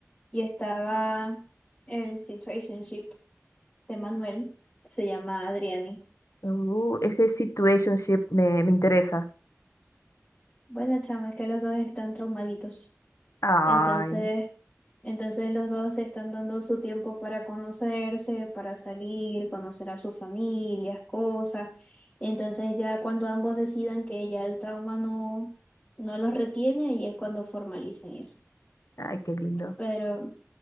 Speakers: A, on the left; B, on the left.
A: y estaba el situationship de Manuel. Se llama Adriani.
B: Uh, ese situationship me, me interesa.
A: Bueno, chama, es que los dos están traumaditos.
B: Ay,
A: Entonces, entonces los dos se están dando su tiempo para conocerse, para salir, conocer a sus familias, cosas. Entonces ya cuando ambos decidan que ya el trauma no, no los retiene, ahí es cuando formalizan eso.
B: ay, qué lindo.
A: Pero